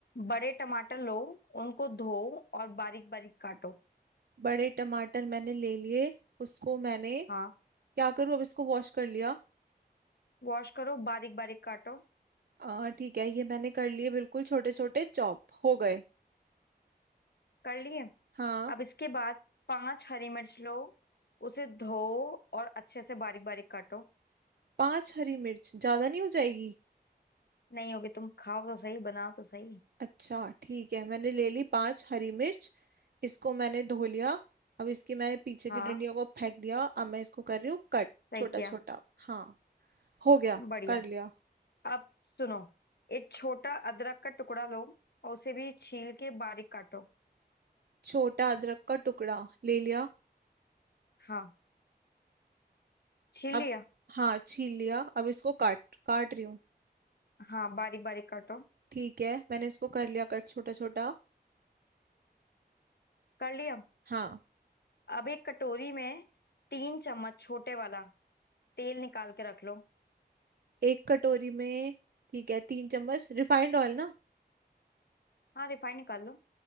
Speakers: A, on the left; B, on the right.
A: बड़े टमाटर लो उनको धो और बारीक बारीक काटो
B: बड़े टमाटर मैंने ले लिए उसको मैंने
A: हाँ
B: क्या करूँ अब इसको वॉश कर लिया
A: वॉश करो बारीक बारीक काटो
B: आ, ठीक है ये मैंने कर लिए बिल्कुल छोटे छोटे चॉप हो गए
A: कर लिए
B: हाँ
A: अब इसके बाद पांच हरी मिर्च लो उसे धो और अच्छे से बारीक बारीक काटो
B: पांच हरी मिर्च ज्यादा नहीं हो जाएगी
A: नहीं होगी तुम खाओ तो सही बनाओ तो सही
B: अच्छा ठीक है मैंने ले ली पांच हरी मिर्च इसको मैंने धो लिया अब इसकी मैंने पीछे
A: हाँ
B: की डंडियों को फेंक दिया अब मैं इसको कर रही हूँ कट
A: सही
B: छोटा
A: किया
B: छोटा हाँ हो गया
A: बढ़िया
B: कर लिया
A: अब सुनो एक छोटा अदरक का टुकड़ा लो और उसे भी छील के बारीक काटो
B: छोटा अदरक का टुकड़ा ले लिया
A: हाँ छील
B: अब
A: लिया
B: हाँ छील लिया अब इसको काट काट रही हूँ
A: हाँ बारीक बारीक काटो
B: ठीक है मैंने इसको कर लिया कट छोटा छोटा
A: कर लिया
B: हाँ
A: अब एक कटोरी में तीन चम्मच छोटे वाला तेल निकाल के रख लो
B: एक कटोरी में ठीक है तीन चम्मच रिफाइंड ऑयल ना
A: हाँ रिफाइंड निकाल लो